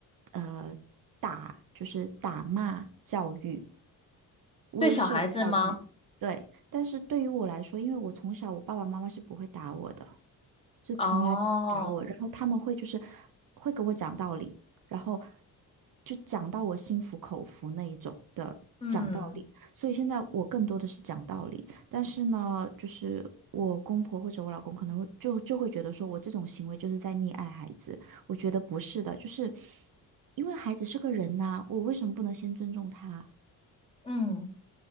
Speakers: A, on the right; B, on the left.
A: 呃，打，就是打骂教育，威慑教育。
B: 对小孩子吗？
A: 对，但是对于我来说，因为我从小我爸爸妈妈是不会打我的，是从来不会打我，
B: 哦，
A: 然后他们会就是会跟我讲道理，然后就讲到我心服口服那一种的讲道理，
B: 嗯
A: 所以现在我更多的是讲道理，但是呢，就是我公婆或者我老公可能会就就会觉得说我这种行为就是在溺爱孩子，我觉得不是的，就是因为孩子是个人呐、我为什么不能先尊重他？
B: 嗯，